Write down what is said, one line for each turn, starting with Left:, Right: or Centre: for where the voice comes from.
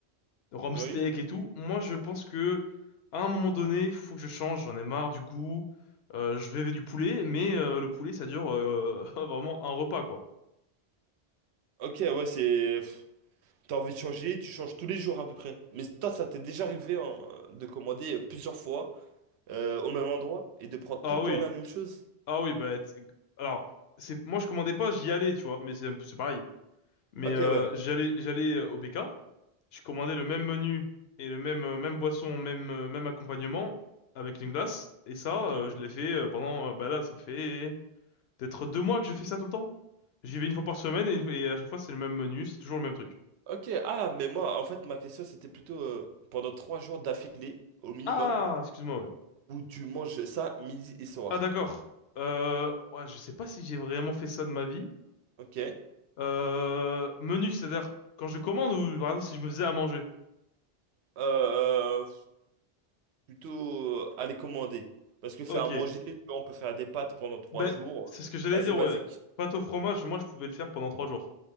Left: rhum
Right: Oui.
Left: steak et tout. Moi, je pense que à un moment donné, faut que je change. J'en ai marre du goût. Euh, je vais du poulet, mais euh, le poulet, ça dure euh, <laughs> vraiment un repas, quoi.
Right: Ok, ouais, c'est... T'as envie de changer, tu changes tous les jours à peu près. Mais toi, ça t'est déjà arrivé hein, de commander plusieurs fois euh, au même endroit et de prendre tout
Left: Ah
Right: le temps
Left: oui,
Right: la même chose?
Left: ah oui, bah t- alors c'est moi je commandais pas, j'y allais, tu vois, mais c'est c'est pareil. Mais
Right: Ok,
Left: euh,
Right: ouais.
Left: j'allais j'allais euh, au BK, je commandais le même menu et le même euh, même boisson, même euh, même accompagnement avec une glace et ça euh,
Right: Mhm.
Left: je l'ai fait euh, pendant euh, bah là ça fait Peut-être deux mois que je fais ça tout le temps. J'y vais une fois par semaine et, une fois- et à chaque fois c'est le même menu, c'est toujours le même truc.
Right: Ok, ah, mais moi, en fait, ma question, c'était plutôt euh, pendant trois jours d'affilée, au minimum,
Left: Ah, excuse-moi, ouais.
Right: où tu manges ça midi et soir.
Left: Ah, d'accord. Euh, ouais, je sais pas si j'ai vraiment fait ça de ma vie.
Right: Ok.
Left: Euh, menu, c'est-à-dire quand je commande ou par exemple si je me faisais à manger.
Right: Euh, plutôt euh, aller commander. Parce que faire
Left: Ok.
Right: à manger, tu vois, on peut faire des pâtes pendant trois
Left: Ben,
Right: jours.
Left: c'est ce que j'allais
Right: Là,
Left: dire,
Right: c'est basique.
Left: ouais. Pâte au fromage, moi je pouvais le faire pendant trois jours.